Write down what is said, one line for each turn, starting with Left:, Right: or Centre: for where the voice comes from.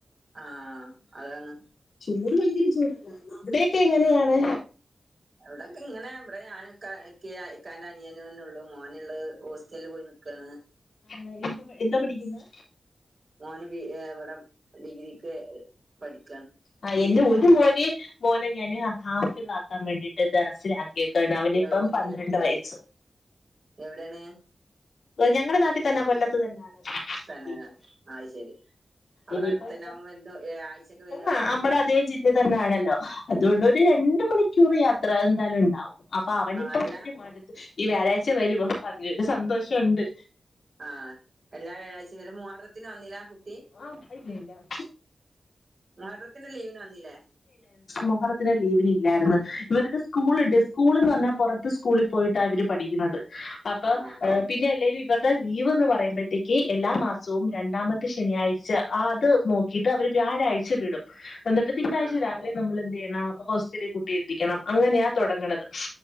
Right: ആഹ അതാണ്
Left: ചൂട് ഭയങ്കര ചൂടല്ല അവിടോക്കെ എങ്ങനെയാണ്
Right: ഇവിടൊക്കെ ഇങ്ങനെ ഇവിടെ ഞാനും ഇക്കിം ഇക്കാൻ്റെനിയനന്നെ ഉള്ളൂ മോനുള്ളത് ഹോസ്റ്റലിൽ പോയി അക്ക
Left: ആഹ എന്താ എന്താ പഠിക്കുന്നെ
Right: മോന് ബ ഇവിടെ ഡിഗ്രിക്ക് പഠിക്ക
Left: ആ എന്റെ ഒരു മോൻ മോനെ ഞാന് ഹാഫിളാക്കാൻ വേണ്ടിട്ട് ദറസില ക്കാണ് അവനിപ്പോ
Right: എവിടെയാണ്
Left: പന്ത്രണ്ട് വയസ്സ്
Right: എവിടെയാണ്
Left: ഞങ്ങളുടെ നാട്ടിൽ തന്നെ കൊല്ലത്ത് തന്നെയാണ്
Right: തന്നെന്
Left: ആക്കിയേക്കാ
Right: ആത് ശരി അവിടെ
Left: ഇനിയിപ്പം
Right: അടുത്ത തന്നെ അവൻ ആഴ്ചക്ക് വരോ
Left: ആ നമ്മുടെ അതേ ജില്ല തന്നൊണല്ലോ അതുകൊണ്ട് ഒരു രണ്ട മണിക്കൂർ യാത്ര ന്തായാലും ഉണ്ടാവും അപ്പൊ അവനി
Right: ആഹ്
Left: ഇപ്പൊ
Right: അല്ല
Left: വരും അടുത്ത് ഈ വ്യാഴാഴ്ച്ച വരും അപ്പ അതിൻ്റൊരു സന്തോഷണ്ട്
Right: ആഹ് എല്ലാ വ്യാഴാഴ്ച്ച വരും? മുഹറത്തിന് വന്നില്ല? കുട്ടി
Left: ആഹ് <unintelligible>
Right: മുഹറത്തിൻ്റെ ലീവിന് വന്നില്ലേ?
Left: മുഹറത്തിൻ്റെ ലീവിനില്ലായിരുന്നു ഇവർക്ക് സ്കൂൾണ്ട് സ്കൂൾ എന്ന് പറഞ്ഞാ പുറത്ത് സ്കൂളിൽ പോയിട്ടാ അവര് പഠിക്കുന്നത് അപ്പൊ
Right: ആഹ്
Left: പിന്നെ അല്ലേലും ഇവരുടെ ലീവ് എന്ന് പറയുമ്പോഴത്തേക്ക് എല്ലാ മാസവും രണ്ടാമത്തെ ശനിയാഴ്ച അത് നോക്കിയിട്ട് അവര് വ്യാഴാഴ്ച വിടും എന്നിട്ട് തിങ്കളാഴ്ച
Right: ആഹ്
Left: രാവിലെ നമ്മൾ ഹോസ്റ്റലിൽ കുട്ടി എത്തിക്കണം അങ്ങനെയാ തുടങ്ങണത്